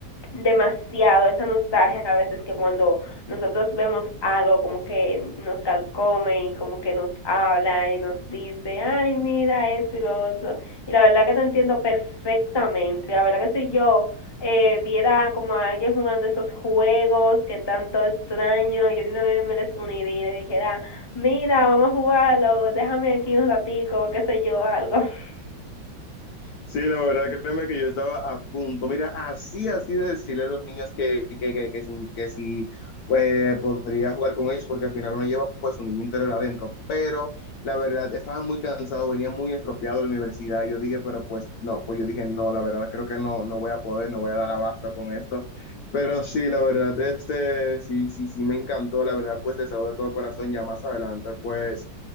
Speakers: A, on the left; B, on the left.
A: demasiado esa nostalgia a veces que cuando nosotros vemos algo como que nos calcome y como que nos habla y nos dice, ay, mira esto y lo otro. Y la verdad que te entiendo perfectamente. La verdad que si yo eh, viera como a alguien jugando esos juegos que tanto extraño, yo de una vez me les uniría y le dijera, mira, vamos a jugarlo, déjame aquí un ratico, qué sé yo, algo. <laughs>
B: Sí, la verdad, créeme que yo estaba a punto. Mira, así, así de decirle a los niños que, que, que, que, si- que si, pues, podría jugar con ellos, porque al final uno lleva pues su niño interior adentro. Pero la verdad, estaba muy cansado, venía muy estropeado de la universidad. Y Yo dije, pero pues no, pues yo dije, no, la verdad, creo que no, no voy a poder, no voy a dar abasto con esto. Pero sí, la verdad, este, sí, sí, sí, me encantó, la verdad, pues deseo de todo corazón, ya más adelante, pues